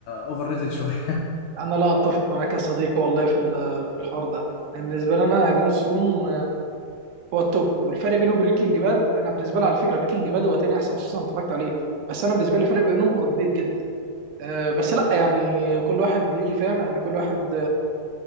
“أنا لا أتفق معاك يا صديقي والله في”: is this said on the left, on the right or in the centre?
Right